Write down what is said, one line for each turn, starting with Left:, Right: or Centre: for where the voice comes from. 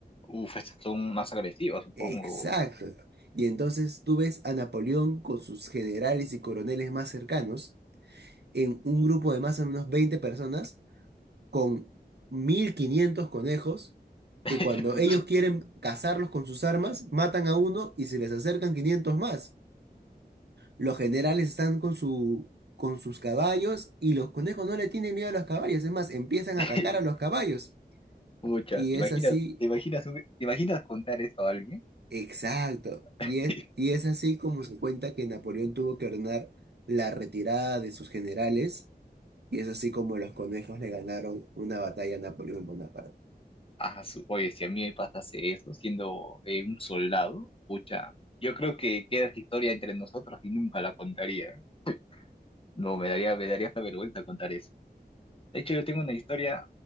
Left: Uf, estas son más agresivos, supongo.
Right: Exacto. Y entonces tú ves a Napoleón con sus generales y coroneles más cercanos en un grupo de más o menos 20 personas con 1500 conejos que
Left: <laughs>
Right: cuando
Left: Pucha,
Right: ellos quieren cazarlos con sus armas, matan a uno y se les acercan 500 más. Los generales están con su, con sus caballos y los conejos no le tienen miedo a los caballos. Es más, empiezan a
Left: <laughs>
Right: atacar a los caballos.
Left: pucha,
Right: Y
Left: ¿te
Right: es
Left: imaginas,
Right: así,
Left: te imaginas, un- te imaginas contar eso a alguien?
Right: exacto. Y
Left: <laughs>
Right: es, y es así como se cuenta que Napoleón tuvo que ordenar la retirada de sus generales. Y es así como los conejos le ganaron una batalla a Napoleón Bonaparte.
Left: Ah, su- oye, si a mí me pasase eso siendo eh, un soldado, pucha, yo creo que queda esta historia entre nosotros y nunca la contaría. ¿eh? No, me daría, me daría hasta vergüenza contar eso. De hecho, yo tengo una historia,